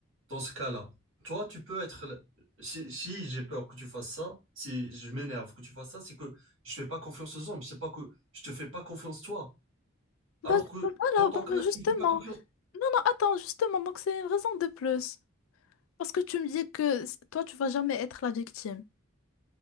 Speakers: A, on the right (about 70°); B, on the left (about 85°).
A: Dans ce cas-là, toi, tu peux être... le- Si, si j'ai peur que tu fasses ça, si je m'énerve que tu fasses ça, c'est que je fais pas confiance aux hommes, c'est pas que je te fais pas confiance toi. Alors
B: Bah,
A: que,
B: bah voilà,
A: dans ton
B: bah,
A: cas,
B: bah, justement.
A: tu me fais pas confiance.
B: Non, non, attends, justement, donc c'est une raison de plus. Parce que tu me dis que s- toi, tu vas jamais être la victime.